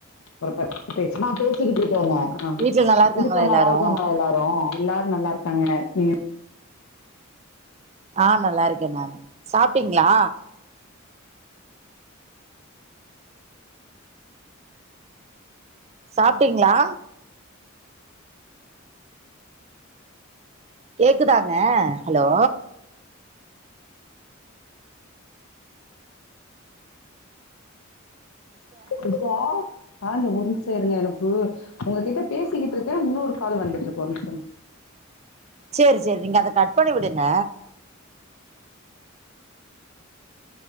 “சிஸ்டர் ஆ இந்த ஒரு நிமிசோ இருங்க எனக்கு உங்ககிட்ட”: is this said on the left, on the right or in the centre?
Left